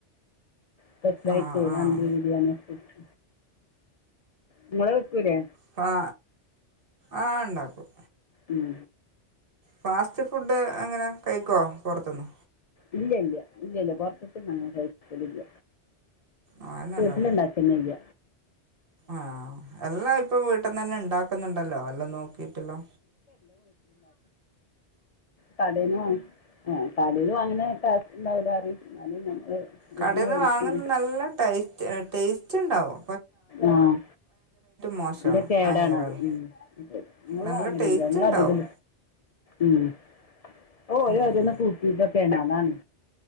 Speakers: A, on the left (about 75°); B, on the right (about 50°).
A: സ്പെഷ്യൽ ആയിട്ട്
B: ആഹ്
A: മന്തി
B: ആഹ്
A: ബിരിയാണി ഒക്കെ വെക്കും നിങ്ങള് വെക്കൂലെ
B: പ്പാ ആ ഉണ്ടാക്കും
A: ഉം
B: ഫാസ്റ്റ് ഫുഡ് അങ്ങനെ കഴിക്കോ പുറത്തുന്ന്
A: ഇല്ല ഇല്ല ഇല്ല ഇല്ല പുറത്ത ങ്ങനെ കഴിക്കലില്ല
B: ആഹ് അത്
A: വീട്ടിലുണ്ടാകന്നല്ല.
B: നല്ലതാ ആഹ് എല്ലാം ഇപ്പോ വീ ട്ടുന്നന്നെ ണ്ടാ ക്കുന്നുണ്ടല്ലോ എല്ലാ നോക്കിട്ടല്ലോ
A: കടേന്ന് വാ ആ കടേന്ന് വാങ്ങണ ടേസ്റ്റ് ഉണ്ടാവില്ല പറിയും എന്നാലും <unintelligible> ഇവിടുന്ന്
B: കടേന്ന്
A: മേടിക്കും
B: വാങ്ങുന്ന നല്ല ടൈറ്റ് ടേസ്റ്റ് റ്റുണ്ടാവും.
A: ആഹ്
B: മോശമാണ്
A: ന്റെ കേടണത്
B: ഹാനികരാണ്
A: ഉം നമ്മള്
B: നല്ല
A: വാങ്ങലില്ല
B: ടേസ്റ്റ്
A: നമ്മള്
B: ഉണ്ടാവും
A: അധികോ ഉം ഓ ഓരോ
B: ഉം
A: ഓരോന്ന് കൂട്ടീട്ടൊക്കെണ് അതാണ്